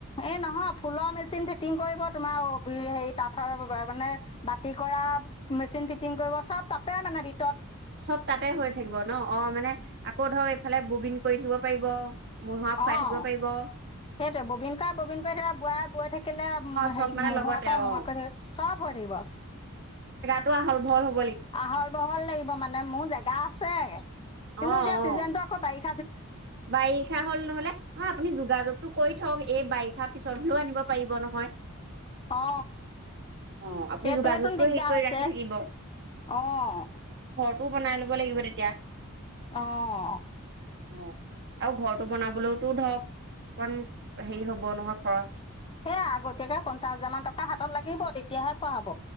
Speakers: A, on the left; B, on the right.
A: এই নহয় ফুলৰ মেচিন ফিটিং কৰিব তোমাৰ অ হেৰি তাতৰ মানে বাতি কৰা মেচিন ফিটিং কৰিব চব তাতে মানে ভি
B: চব তাতে হৈ থাকিব ন অ মানে আকৌ ধৰক এইফালে বুবিন কৰি থাকিব পাৰিব। মহুৰা ফুৰাই
A: অ সেইটোৱে
B: থাকিব পাৰিব অ
A: ববিন কৰাই ববিন কৰি থাকে বোৱাই বৈ থাকিলে
B: চব
A: হেৰি
B: মানে
A: মহোৱা
B: লগতে
A: কৰাই
B: অ
A: মহোৱা কৰি থাকি, চব হৈ থাকিব
B: <unintelligible> হল ভল-
A: আহল বহল লাগি ব মানে মোৰ জেগা আছে কিন্তু
B: অ',
A: এতিয়া
B: অ',
A: চিজনটো আকৌ বাৰি-
B: বাৰিষা হ'ল নহলে অ আপুনি যোগাযোগ তো কৰি থক এই বাৰিষা পিছত লৈ আনিব পাৰিব নহয়
A: অ
B: অ', আপুনি
A: সেইটোৱেটোন
B: যোগাযোগটো
A: দিগদাৰ
B: হেৰি কৰি
A: হৈছে।
B: ৰাখি থাকিব
A: অহ
B: টো বনাই ল'ব লাগিব তেতিয়া
A: অহ
B: অ। আৰু ঘৰটো বনাবলৈওটো ধৰক অকন হেৰি হ'ব নহয় খৰচ।
A: সেই আগতীয়াকে পঞ্চাশ হাজাৰ মান টকা হাতত লাগিব তেতিয়াহে পোৱা হব